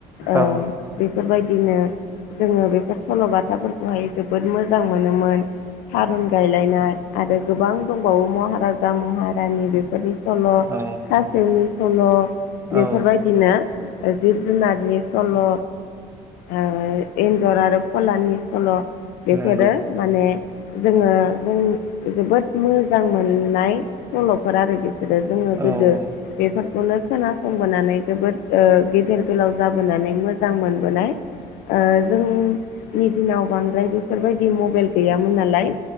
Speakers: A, on the left; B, on the right.
A: ओ
B: औ
A: बेफोरबायदिनो जोङो बेफोर सल'बाथाफोरखौहाय जोबोद मोजां मोनोमोन थारुन गायलायनाय आरो गोबां दंबावो महाराजा महारानि बेफोरनि सल'
B: औ
A: खासेवनि सल' बेफोरबायदिनो
B: औ
A: जिब जुनारनि सल' ओ एन्जर आरो फलानि सल' बेफोरो
B: नंगौ
A: माने जोङो जों जोबोद मोजां मोननाय सल'फोर आरो बि <unintelligible> जोङो
B: औ
A: गोदो
B: औ
A: बेफोरखौनो खोनासंबोनानै जोबोद ओ गिदिर गोलाव जाबोनानै मोजां मोनबोनाय ओ जोंनि दिनाव बांद्राय बेफोरबायदि मबाइल गैयामोन नालाय